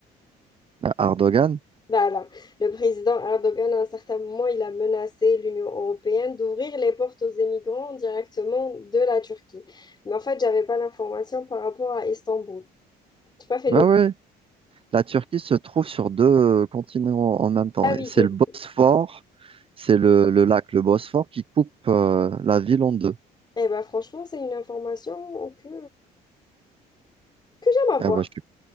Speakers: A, on the right (about 35°); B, on the left (about 25°).
A: Euh, Erdogan.
B: Voilà, le président Erdogan, à un certain moment, il a menacé l'Union européenne d'ouvrir les portes aux émigrants directement de la Turquie. Mais en fait, j'avais pas l'information par rapport à Istanbul. J'ai pas fait
A: Bah
B: le...
A: oui. La Turquie se trouve sur deux euh, continents en même temps.
B: Ah oui,
A: C'est
B: je...
A: le Bosphore, c'est le, le lac, le Bosphore, qui coupe euh, la ville en deux.
B: Eh ben, franchement, c'est une information que, que j'aime avoir.
A: Ah bah, je suis...